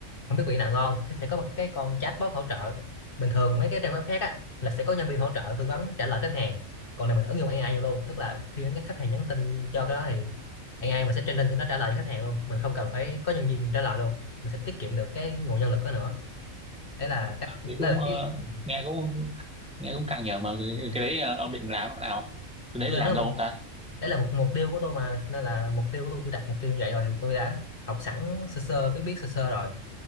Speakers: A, on the left (about 45°); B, in the centre.
A: không biết vị nào ngon thì sẽ có một cái con chatbot hỗ trợ bình thường mấy cái trang web khác á là sẽ có nhân viên hỗ trợ tư vấn trả lời khách hàng còn này mình ứng dụng AI vô luôn tức là khi cái khách hàng nhắn tin cho cái đó thì AI mình sẽ training cho nó trả lời cho khách hàng luôn mình không cần phải có nhân viên trả lời luôn mình sẽ tiết kiệm được cái nguồn nhân lực đó nữa đấy là cách đó
B: thì cũng
A: là
B: ờ,
A: ý ừ.
B: nghe cũng nghe cũng căng nhở mà cái,
A: Ừ.
B: cái đấy ờ, ông định làm thế nào cái
A: tôi
B: đấy làm
A: đang nói
B: lâu
A: một-
B: không ta
A: đấy là một mục tiêu của tôi mà nên là mục tiêu của tôi tôi đặt mục tiêu như vậy rồi thì tôi đã học sẵn sơ sơ biết biết sơ sơ rồi